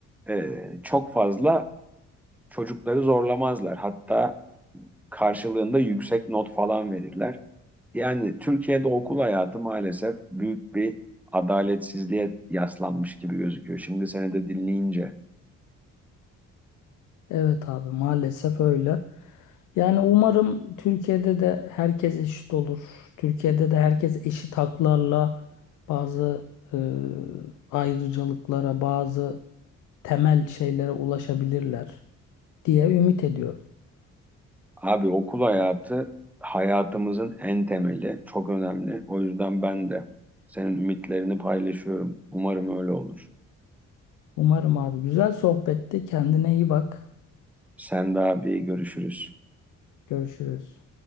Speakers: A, in the centre; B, on the left (about 80°).
A: e, çok fazla çocukları zorlamazlar. Hatta karşılığında yüksek not falan verirler. Yani Türkiye'de okul hayatı maalesef büyük bir adaletsizliğe yaslanmış gibi gözüküyor. Şimdi seni de dinleyince.
B: Evet abi maalesef öyle. Yani umarım Türkiye'de de herkes eşit olur. Türkiye'de de herkes eşit haklarla bazı e, ayrıcalıklara, bazı temel şeylere ulaşabilirler diye ümit ediyorum.
A: Abi okul hayatı hayatımızın en temeli, çok önemli. O yüzden ben de senin ümitlerini paylaşıyorum. Umarım öyle olur.
B: Umarım abi güzel sohbetti. Kendine iyi bak.
A: Sen de abi görüşürüz.
B: Görüşürüz.